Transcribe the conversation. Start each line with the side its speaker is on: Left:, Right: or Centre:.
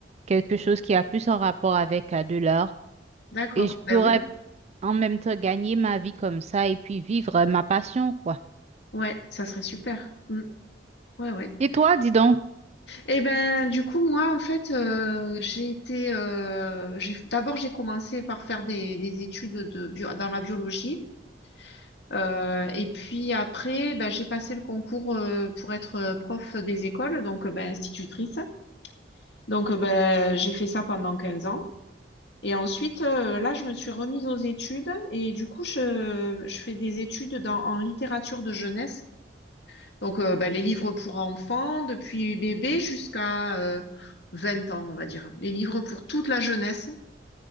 Right: quelque chose qui a plus en rapport avec euh, de l'art
Left: D'accord.
Right: et je
Left: Ben
Right: pourrais
Left: oui.
Right: en même temps gagner ma vie comme ça et puis vivre euh, ma passion, quoi.
Left: Ouais, ça serait super. Mm. Ouais, ouais.
Right: Et toi, dis donc,
Left: Et ben du coup, moi, en fait, euh, j'ai été, euh, j'ai d'abord j'ai commencé par faire des des études de bio, dans la biologie. Euh, et puis après, ben, j'ai passé le concours euh, pour être euh, prof des écoles, donc euh, ben, institutrice. Donc euh, ben, j'ai fait ça pendant 15 ans. Et ensuite, euh, là, je me suis remise aux études et du coup, je, je fais des études dans, en littérature de jeunesse. Donc euh, ben, les livres pour enfants, depuis bébé jusqu'à euh, 20 ans, on va dire. Les livres pour toute la jeunesse.